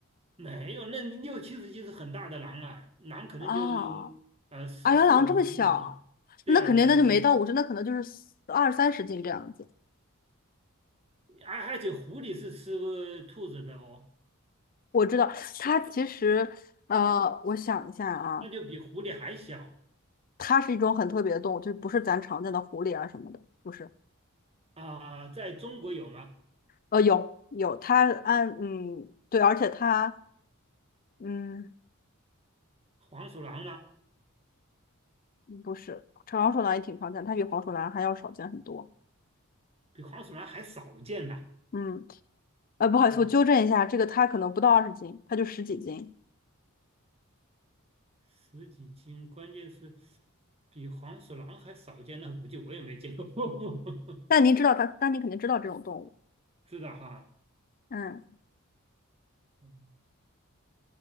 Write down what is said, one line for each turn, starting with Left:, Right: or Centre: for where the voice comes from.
Right: 没有，那你六七十斤是很大的狼了、狼可能就
Left: 啊？
Right: 呃四四五十斤啊，
Left: 啊，原来狼这么小，
Right: 对啊对啊对啊，
Left: 那肯定那就没到五十，那可能就是二三十斤这样子。
Right: 而而且狐狸是吃兔子的哦，
Left: 我知道它其实，呃，我想一下啊，
Right: 那就比狐狸还小
Left: 它是一种很特别的动物，就不是咱常见的狐狸啊什么的，不是。
Right: 啊、在中国有吗？
Left: 呃，有有，它按嗯对，而且它嗯
Right: 黄鼠狼吗？
Left: 不是长鼠狼也挺常见，它比黄鼠狼还要少见很多。
Right: 比黄鼠狼还少见呢、
Left: 嗯，呃，不好意思，
Right: 吧？
Left: 我纠正一下，这个它可能不到二十斤，它就十几斤。
Right: 十几斤，关键是比黄鼠狼还少见，那估计我也没见过。<laughs>
Left: 但您知道它，但您肯定知道这种动物。
Right: 知道哈？
Left: 嗯。
Right: 嗯，